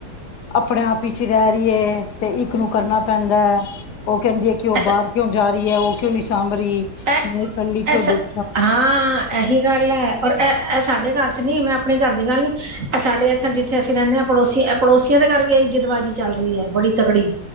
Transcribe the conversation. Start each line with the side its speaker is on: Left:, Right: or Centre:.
Left: ਆਪਣੇ ਆਪ ਪਿੱਛੇ ਹੀ ਰਹਿ ਰਹੀ ਏ, ਤੇ ਇੱਕ ਨੂੰ ਕਰਨਾ ਪੈਂਦਾ ਹੈ। ਉਹ ਕਹਿੰਦੀ ਹੈ, ਕਿ ਉਹ
Right: ਅੱਛਾ
Left: ਬਾਹਰ ਕਿਉਂ ਜਾ ਰਹੀ ਏ, ਉਹ ਕਿਉਂ ਨੀ ਸਾਂਭ ਰਹੀ,
Right: ਇਹ
Left: ਮੈਂ ਇਕੱਲੀ ਕਿਉਂ ਦੇਖ
Right: ਹਾਂ। ਇਹੀ ਗੱਲ ਹੈ, ਪਰ ਇਹ, ਇਹ ਸਾਡੇ ਘਰ ਚ' ਨੀ, ਮੈਂ ਆਪਣੇ ਘਰ ਦੀ ਗੱਲ ਨੀ ਅ ਸਾਡੇ ਇੱਥੇ, ਜਿੱਥੇ ਅਸੀਂ ਰਹਿਨੇ ਆਂ, ਪੜੋਸੀ, ਇਹ ਪੜੋਸੀਆਂ ਦੇ ਘਰ ਵੀ ਇਹੀ ਜਿੱਦਬਾਜੀ ਚੱਲ ਰਹੀ ਹੈ, ਬੜੀ ਤਗੜੀ।